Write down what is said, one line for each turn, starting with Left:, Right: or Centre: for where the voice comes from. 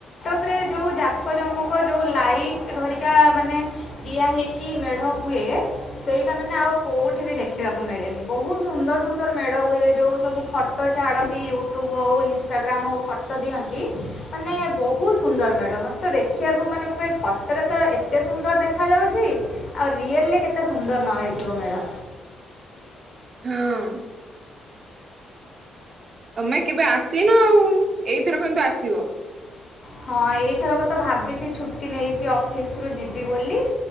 Left: ପାରେ ଯୋଉ ଜାକ ଜମକ ଯୋଉ ଲାଇଟ୍ ଘରିକା ମାନେ ଦିଆ ହେଇକି ମେଢ଼ ହୁଏ। ସେଇଟା ମାନେ ଆଉ କେଉଠି ବି ଦେଖିବାକୁ ମିଳେନି ବହୁତ ସୁନ୍ଦର ସୁନ୍ଦର ମେଢ଼ ହୁଏ। ଯେଉ ସବୁ ଫଟୋ ଛାଡ଼ନ୍ତି ୟୁଟ୍ୟୁବ୍ ହଉ ଇନଷ୍ଟାଗ୍ରାମ୍ ହଉ ଫଟୋ ଦିଅନ୍ତି ମାନେ ବହୁତ ସୁନ୍ଦର ମେଢ଼ ମୋତେ ଦେଖିବାକୁ ମାନେ ମୁଁ କହିଲି ଫଟୋରେ ତ ଏତେ ସୁନ୍ଦର ଦେଖ ଦେଖାଯାଉଛି ଆଉ ରିଅଲ ରେ କେତେ ସୁନ୍ଦର ନ ହେଇଥିବ ମେଢ।
Right: ହୁଁ ତମେ କେବେ ଆସିନ ଆଉ, ଏଇଥର କିନ୍ତୁ ଆସିବ।
Left: ହଁ ଏଇଥରକ ତ ଭାବିଛି ଛୁଟି ନେଇଛି ଅଫିସରୁ ଯିବି ବୋଲି